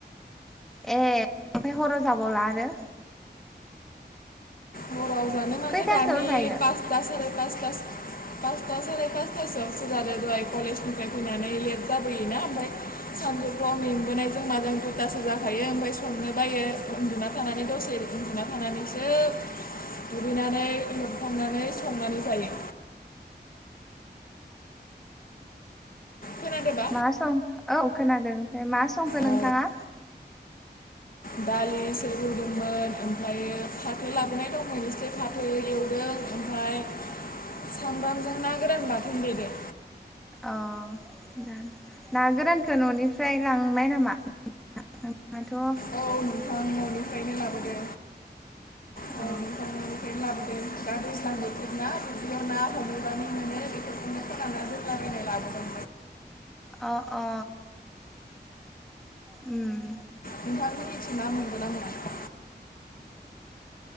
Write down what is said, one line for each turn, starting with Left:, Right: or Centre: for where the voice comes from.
Centre: ए ओमफ्राय हराव जाबावला आरो?
Left: हराव जानो माने
Centre: खैथासोआव
Left: दानि
Centre: जायो
Left: पासथा साराइ पासथास पासथा साराइ फासथासोआवसो जादो दहाय कलेजनिफ्राय फैनानै लेट जाबोयोना। ओमफ्राय सानजौफुआव मेंबोनायजों माजों दुथासो जाखायो ओमफ्राय संनो बायो। उन्दुना थानानै दसे उन्दुना थानानैसो दुगैनानै लोबखांनानै संनानै जायो। खोनादोबा?
Centre: मा सं औ खोनादों ओमफ्राय मा संखो
Left: औ
Centre: नोंथाङा?
Left: दालिसो रुदोंमोन ओमफ्रायो फाथो लाबोनाय दंमोन एसे फाथो एवदों। आमफ्राय सामब्रामजों ना गोरान बाथोन देदों।
Centre: अ ना ना गोरानखौ न'निफ्राय लांनाय नामा? नोंथाङाथ'
Left: औ नोंथां न'निफ्रायनो लाबोदों। औ
Centre: अ
Left: नोंथां न'निफ्रायनो लाबोदों दा दैज्लां बोथोर ना दुब्लियाव ना हमैबानो मोनो बेफोरखौनो फोरानना दोनलाबायनाय लाबोदों।
Centre: अ अ। ओम।
Left: नोंथांमोननिथिं ना मोनगोन ना मोना?